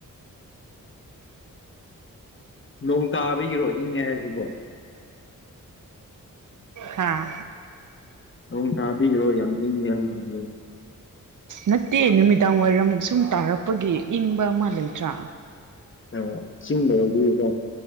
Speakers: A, on the left (about 35°); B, on the right (about 65°).
A: ꯅꯣꯡ ꯇꯥꯕꯤꯒꯤꯔꯣ ꯏꯪꯉꯦ ꯍꯥꯏꯁꯤꯕꯣ
B: ꯍꯥꯥ
A: ꯅꯪ ꯇꯥꯕꯤꯔꯣ ꯌꯥꯝ ꯏꯪꯉꯦ ꯍꯥꯏꯁꯤꯒꯦ
B: ꯅꯠꯇꯦ ꯅꯨꯃꯤꯗꯥꯡ ꯋꯥꯏꯔꯝ ꯁꯨꯝ ꯇꯥꯔꯛꯄꯒꯤ ꯏꯪꯕ ꯑꯃ ꯂꯩꯇ꯭ꯔꯥ
A: ꯑ ꯆꯤꯡꯗꯗꯤꯀꯣ